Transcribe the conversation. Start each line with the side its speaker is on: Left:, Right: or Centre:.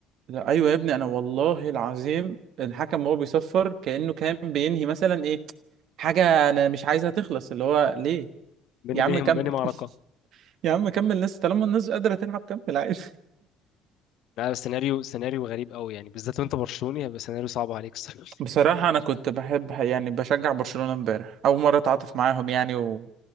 Right: لا ايوه يا ابني انا والله العظيم الحكم وهو بيصفر كأنه كان بينهي مثلا ايه حاجة انا مش عايزها تخلص اللي هو ليه؟
Left: بيني
Right: يا
Left: بينهم
Right: عم كمل
Left: بيني معركة
Right: <laughs> يا عم كمل الناس طالما الناس قادرة تلعب كمل عادي
Left: لا بس سيناريو سيناريو غريب قوي يعني بالذات وانت برشلوني هيبقى سيناريو صعب عليك الصراحة <laughs>
Right: بصراحة أنا كنت بحب يعني بشجع برشلونة امبارح أول مرة أتعاطف معاهم يعني و...